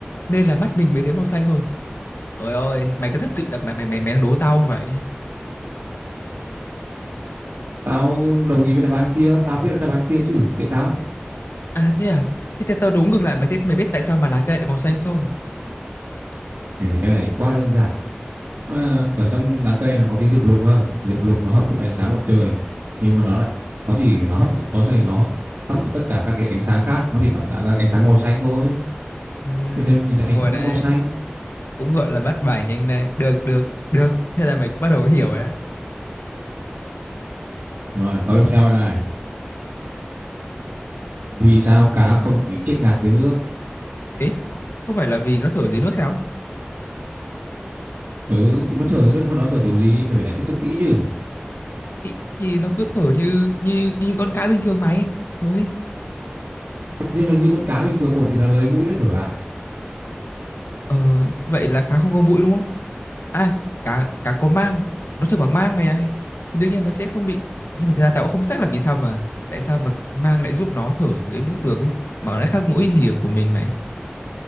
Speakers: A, on the left; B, on the right.
A: nên là mắt mình mới thấy màu xanh thôi ơi ơi mày có thật sự là mày mày mày mày đang đố tao không vậy
B: Tao đồng ý với đáp án kia, tao biết là đáp án kia chứ, kệ tao.
A: à thế à thế tao tao đố ngược lại mày thế mày biết tại sao mà lá cây lại màu xanh không
B: Thế Thì cái này thì quá đơn giản. À, Ở trong lá cây nó có cái diệp lục đó. Diệp lục nó hấp thụ ánh sáng mặt trời, nhưng mà nó lại nó chỉ nó hấp thụ nó thì nó hấp thụ tất cả các cái ánh sáng khác, nó chỉ phản xạ ra ánh sáng màu xanh thôi.
A: ừ
B: Cho nên mình nhìn thấy
A: đúng
B: ánh
A: rồi
B: sáng
A: đấy
B: nó màu xanh.
A: cũng gọi là bắt bài nhanh đây được được được thế là mày cũng bắt đầu hiểu rồi đấy
B: Rồi, câu tiếp theo này này. Vì sao cá không bị chết ngạt dưới nước?
A: ấy không phải là vì nó thở dưới nước sao
B: Ừ, thì nó thở dưới nước nhưng mà nó thở kiểu gì? Mày phải giải thích cho kỹ chứ.
A: thì, thì nó cứ thở như như như con cá bình thường mày thôi
B: Tất nhiên là như con cá bình thường, ồ thì nó lấy mũi nó thở à?
A: ờ vậy là cá không có mũi đúng không à cá cá có mang nó thở bằng mang mày ơi thì đương nhiên nó sẽ không bị nhưng mà thật ra tao cũng không chắc là vì sao mà tại sao mà mang lại giúp nó thở dưới nước được ấy mà nó lại khác mũi gì ở của mình mày